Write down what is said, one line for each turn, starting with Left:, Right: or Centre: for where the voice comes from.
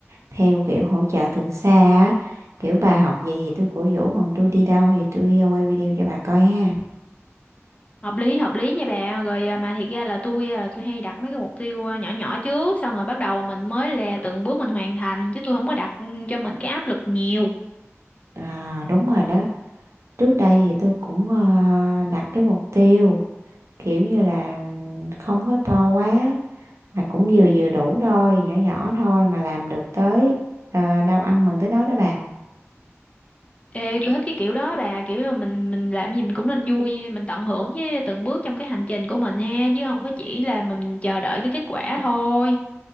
Right: theo kiểu hỗ trợ từ xa á kiểu bà học gì thì tôi cổ vũ còn tôi đi đâu thì tôi ờ, quay video cho bà coi ha
Left: hợp lý hợp lý nha bà rồi à, mà thiệt ra là tôi à, tôi hay đặt mấy cái mục tiêu à, nhỏ nhỏ trước xong rồi bắt đầu mình mới là từng bước mình hoàn thành chứ tôi không có đặt ừ, cho mình cái áp lực nhiều
Right: à, đúng rồi đó trước đây thì tôi cũng ờ, đặt cái mục tiêu kiểu như là ừm, không có to quá mà cũng vừa vừa đủ thôi nhỏ nhỏ thôi mà làm được tới ờ, đâu ăn mừng tới đó đó bà
Left: ê tôi thích cái kiểu đó bà kiểu mà mình mình làm gì mình cũng nên vui mình tận hưởng với từng bước trong cái hành trình của mình ha chứ không có chỉ là mình chờ đợi cái kết quả thôi